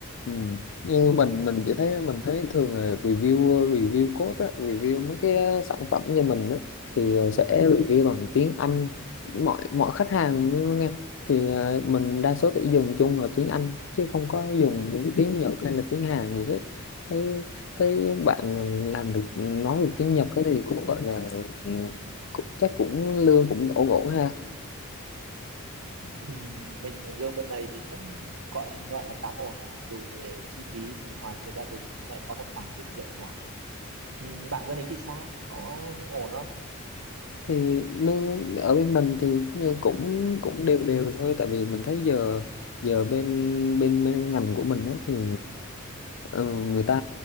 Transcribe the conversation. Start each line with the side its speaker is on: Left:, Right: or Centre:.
Left: Ừ. Như mình mình chỉ thấy mình thấy thường là review review code á, review mấy cái sản phẩm như mình á, thì ờ, sẽ review bằng tiếng Anh mọi mọi khách hàng nghe thì à, mình đa số sẽ dùng chung là tiếng Anh chứ không có dùng những tiếng Nhật hay là tiếng Hàn gì hết thấy thấy bạn làm được nói được tiếng Nhật á thì cũng gọi là ừ, cũng, chắc cũng lương cũng đổ ổn ha
Right: Ừ, mình lương bên này thì cũng gọi gọi là tạm ổn bạn ạ đủ để chi phí sinh hoạt cho gia đình lại có một khoản tiết kiệm nhỏ ừ, bạn bên ý thì sao có ổn không
Left: thì nó ở bên mình thì như cũng cũng đều đều thôi tại vì mình thấy giờ giờ bên bên, bên ngành của mình á, thì ờ, người ta